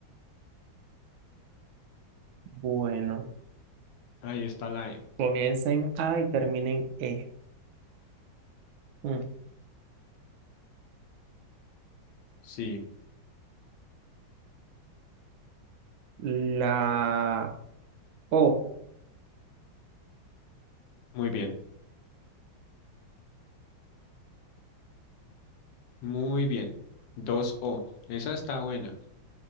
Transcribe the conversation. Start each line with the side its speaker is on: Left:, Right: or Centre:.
Right: Bueno,
Left: Ahí está la E.
Right: comiencen A y terminen E. Mm.
Left: Sí,
Right: La O.
Left: muy bien. Muy bien. dos o Esa está buena.